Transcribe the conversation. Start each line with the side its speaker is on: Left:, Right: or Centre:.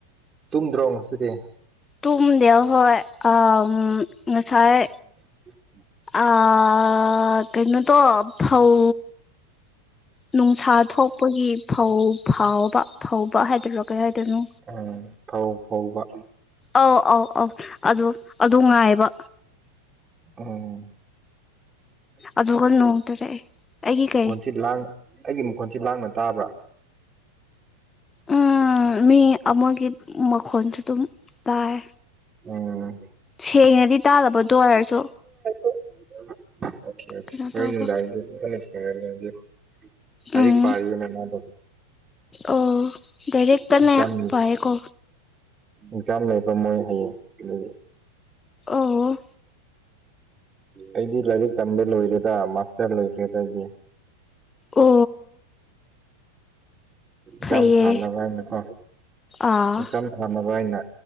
Right: ꯇꯨꯝꯗ꯭ꯔꯣ ꯉꯁꯤꯗꯤ
Left: ꯇꯨꯝꯗꯦ ꯑꯍꯣꯏ ꯑꯥ ꯉꯁꯥꯏ
Right: <inaudible>
Left: ꯑꯥ ꯀꯩꯅꯣꯇꯣ ꯐꯧ ꯅꯨꯡꯁꯥ ꯊꯣꯛꯄꯒꯤ ꯐꯧ ꯐꯥꯎꯕ ꯐꯧꯕ ꯍꯥꯏꯗꯣꯏꯔꯣ ꯀꯩ ꯍꯥꯏꯗꯣꯏꯅꯣ
Right: ꯎꯝ ꯐꯧ ꯐꯧꯕ
Left: ꯑꯧ ꯑꯧ ꯑꯣ ꯑꯗꯣ ꯑꯗꯨ ꯉꯥꯏꯕ
Right: ꯑꯥꯎ
Left: ꯑꯗꯨꯒ ꯅꯣꯡ ꯇꯥꯔꯛꯑꯦ ꯑꯩꯒꯤ ꯀꯩ
Right: ꯁꯤ ꯂꯥꯡ ꯑꯩꯒꯤ ꯃꯈꯣꯟꯁꯦ ꯂꯥꯡꯅ ꯇꯥꯕ꯭ꯔꯥ
Left: ꯎꯝ ꯃꯤ ꯑꯃꯥꯒꯤ ꯃꯈꯣꯟꯁꯨ ꯑꯗꯨꯝ ꯇꯥꯏ
Right: ꯎꯝ
Left: ꯁꯦꯡꯅꯗꯤ ꯇꯥꯗꯕ ꯑꯗꯨ ꯑꯣꯏꯔꯁꯨ
Right: <inaudible> ꯑꯣꯀꯦ ꯑꯣꯀꯦ
Left: ꯀꯩꯅꯣ
Right: ꯍꯣꯔꯦꯟ
Left: ꯇꯧꯕ
Right: ꯅꯨꯡꯗꯥꯡꯗꯤ ꯀꯟꯅꯥ <unintelligible> ꯂꯥꯏꯔꯤꯛ
Left: ꯎꯝ
Right: ꯄꯥꯔꯤꯅ ꯃꯥꯗꯣ
Left: ꯑꯣ ꯂꯥꯏꯔꯤꯛ ꯀꯟꯅꯦ
Right: ꯑꯦꯛꯖꯥꯝ
Left: ꯄꯥꯏꯌꯦꯀꯣ
Right: ꯑꯦꯛꯖꯥꯝ ꯂꯩꯕ ꯃꯣꯏ ꯍꯌꯦꯡ ꯑꯗꯨꯒꯤ
Left: ꯑꯣꯑꯣ
Right: ꯑꯩꯗꯤ ꯂꯥꯏꯔꯤꯛ ꯇꯝꯕ ꯂꯣꯏꯔꯦꯗ ꯃꯥꯁꯇꯔ ꯂꯣꯏꯈ꯭ꯔꯦꯗ ꯑꯩꯗꯤ
Left: ꯑꯣ
Right: ꯑꯦꯛꯖꯥꯝ
Left: ꯐꯩꯌꯦ
Right: ꯊꯥꯅꯕ ꯍꯥꯏꯅꯀꯣ
Left: ꯑꯥ
Right: ꯑꯦꯛꯖꯝ ꯊꯥꯅꯕ ꯍꯥꯏꯅ